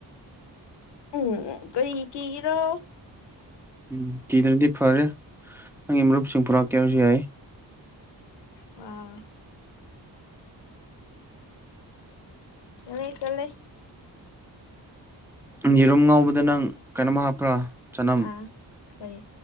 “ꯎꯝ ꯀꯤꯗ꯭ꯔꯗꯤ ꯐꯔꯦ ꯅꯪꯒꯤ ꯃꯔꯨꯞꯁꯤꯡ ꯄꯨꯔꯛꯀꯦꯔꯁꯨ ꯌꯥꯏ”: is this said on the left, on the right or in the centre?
Centre